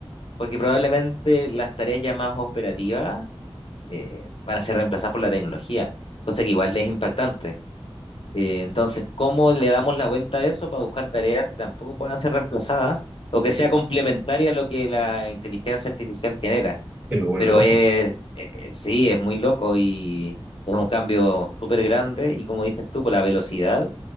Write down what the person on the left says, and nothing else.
porque probablemente las tareas ya más operativas eh, van a ser reemplazadas por la tecnología, cosa que igual es impactante. Eh, entonces, ¿cómo le damos la vuelta a eso para buscar tareas que tampoco puedan ser reemplazadas o que sea complementaria a lo que la inteligencia artificial genera?
Pero
es, eh, eh, sí, es muy loco y es un cambio súper grande y como dices tú, por la velocidad